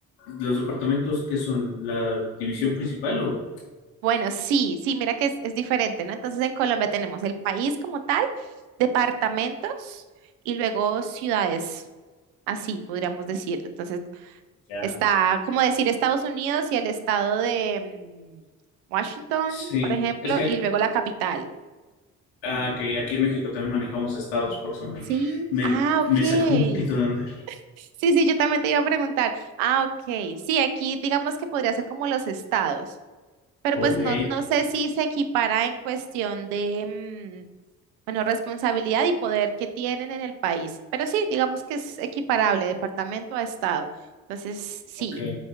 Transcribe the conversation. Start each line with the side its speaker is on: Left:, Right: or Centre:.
Left: los departamentos, ¿qué son? ¿La división principal o...?
Right: Bueno, sí, sí, mira que es, es diferente, ¿no? Entonces en Colombia tenemos el país como tal, departamentos y luego ciudades, así podríamos decirlo. Entonces
Left: Ya.
Right: Está como decir Estados Unidos y el estado de mm, Washington,
Left: Sí,
Right: por ejemplo,
Left: es que,
Right: y luego la capital.
Left: ah, que aquí en México también manejamos estados, por eso me,
Right: Sí,
Left: me,
Right: ah, ok.
Left: me sacó un poquito de onda.
Right: Sí, sí, yo también te iba a preguntar. Ah, ok. Sí, aquí digamos que podría ser como los estados, pero
Left: Ok,
Right: pues no, no sé si se equipara en cuestión de, mm, bueno, responsabilidad y poder que tienen en el país, pero sí, digamos que es equiparable departamento a estado. Entonces, sí.
Left: ok.